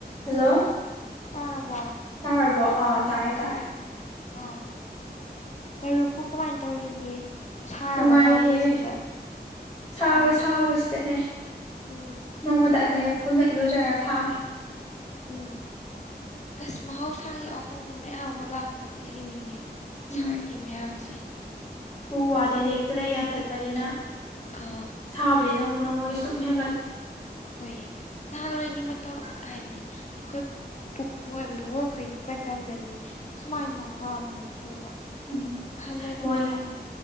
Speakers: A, on the left; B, on the left.
A: hello
B: ꯇꯥꯔꯕꯣ
A: ꯇꯥꯔꯕꯣ ꯑꯥ ꯇꯥꯔꯦ ꯇꯥꯔꯦ
B: ꯑꯥ ꯃꯔꯨꯞꯄꯨ ꯀꯃꯥꯏꯟ ꯇꯧꯔꯤꯒꯦ ꯁꯥꯔꯕ
A: ꯅꯨꯡꯉꯥꯏꯔꯤꯌꯦ
B: ꯀꯥꯂꯦꯟꯁꯤꯗ
A: ꯁꯥꯒ
B: ꯎꯝ
A: ꯁꯥꯕꯁꯤꯗꯅꯦ
B: ꯎꯝ
A: ꯅꯣꯡꯃꯗ ꯑꯅꯤꯔꯛ ꯑꯍꯨꯝꯂꯛ ꯏꯔꯨꯖꯔ ꯈꯥꯡꯉꯦ
B: ꯎꯝ ꯑꯁ ꯃꯍꯧꯁꯥꯒꯤ ꯑꯍꯣꯡꯕ ꯃꯌꯥꯝ ꯑꯃ ꯂꯥꯛꯄꯅꯦ ꯏꯅꯤꯅꯦ
A: ꯎꯝ
B: ꯁꯥꯔꯛꯏ ꯃꯌꯥꯝꯁꯦ
A: ꯎ ꯋꯥꯗꯤ ꯂꯦꯞꯇꯅ ꯌꯥꯟꯊꯠꯄꯅꯤꯅ
B: ꯑꯥ
A: ꯁꯥꯕꯗꯤ ꯅꯣꯡꯃ ꯅꯣꯡꯃꯒꯤ ꯁꯨꯝ ꯍꯦꯟꯒꯠꯂꯦ
B: ꯍꯣꯏꯑ ꯅꯍꯥꯜꯋꯥꯏꯒꯤ ꯃꯇꯝ ꯍꯥꯏꯗꯤ ꯑꯩꯈꯣꯏ ꯄꯨꯄꯨ ꯍꯣꯏ ꯕꯨꯕꯣꯛ ꯍꯣꯏꯒꯤ ꯃꯇꯝꯗꯗꯤ ꯁꯨꯃꯥꯏꯅꯃꯛ ꯇꯧꯔꯝꯕ ꯅꯠꯇꯦꯕ
A: ꯎꯝ
B: ꯑꯍꯟ ꯃꯩꯅ
A: ꯃꯣꯏ
B: ꯑꯍꯥꯏꯟ